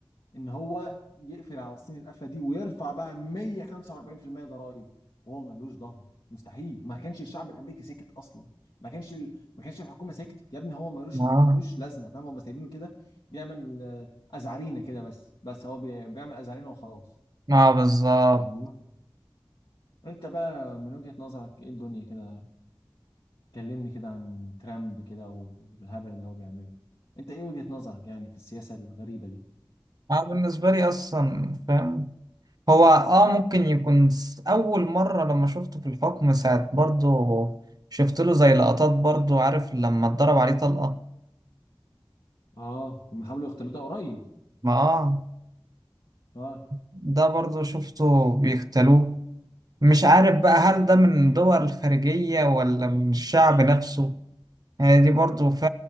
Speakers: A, on the left; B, on the right.
A: ان هو يقفل على الصين القفله دي ويرفع بقى 145% ضرائب وهو ملوش ظهر مستحيل ما كانش الشعب الامريكي سكت اصلا ما كانش ال... ما كانش الحكومه سكتت يا ابني هو ملوش
B: ما
A: ملوش
B: آه.
A: لازمه فاهم هم سايبينه كده بيعمل آه، ازعرينه كده بس بس هو بي... بيعمل ازعرينه وخلاص
B: ما آه بالظبط
A: فاهمني انت بقى من وجهة نظرك ايه الدنيا كده كلمني كده عن ترامب كده والهبل اللي هو بيعمله انت ايه وجهة نظرك يعني في السياسة الغريبة دي
B: انا بالنسبه لي اصلا فاهم هو اه ممكن يكون س- اول مره لما شفته في الحكم ساعه برضه شفت له زي لقطات برضه عارف لما اتضرب عليه طلقه
A: اه هم حاولوا يختلطوا قريب
B: ما اه
A: اه
B: ده برضه شفته بيختلوه مش عارف بقى هل ده من دول الخارجية ولا من الشعب نفسه يعني دي برضو ف...